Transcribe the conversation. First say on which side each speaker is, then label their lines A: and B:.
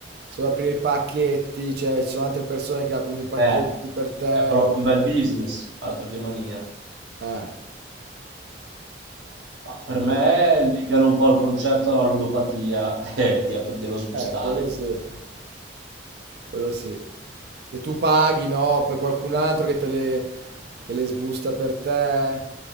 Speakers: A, on the right (about 60°); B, on the right (about 85°).
A: sull'aprire i pacchetti, cioè ci sono altre persone che aprono i pacchetti
B: Eh,
A: per te.
B: è proprio un bel business, altro che mania.
A: Eh,
B: Ma per
A: eh,
B: me legano un po' il concetto alla ludopatia <laughs> eh, di- dello sbustare.
A: eh, quello sì. Quello sì. Che tu paghi, no, per qualcun altro che te le, che le sbusta per te.